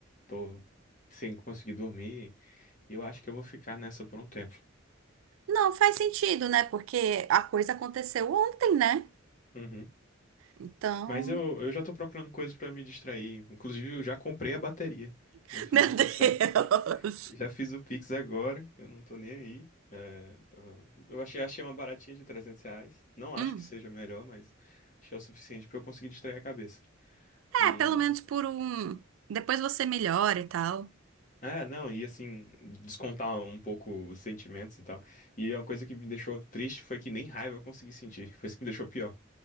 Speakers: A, on the left; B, on the right.
A: tô sem conseguir dormir, e eu acho que eu vou ficar nessa por um tempo.
B: Não faz sentido, né? Porque a coisa aconteceu ontem, né?
A: Uhum.
B: Então.
A: Mas eu, eu já tô procurando coisas pra me distrair. Inclusive, eu já comprei a bateria.
B: <laughs>
A: Já fiz
B: Meu
A: o Pix,
B: Deus!
A: a- já fiz o Pix agora. Eu não tô nem aí. É, eu eu achei, achei uma baratinha de 300 reais. Não acho
B: hum.
A: que seja melhor, mas achei o suficiente pra eu conseguir distrair a cabeça. E.
B: É, pelo menos por um. Depois você melhora e tal.
A: Ah, não, e assim, descontar um pouco os sentimentos e tal. E uma coisa que me deixou triste foi que nem raiva eu consegui sentir. Foi isso que me deixou pior.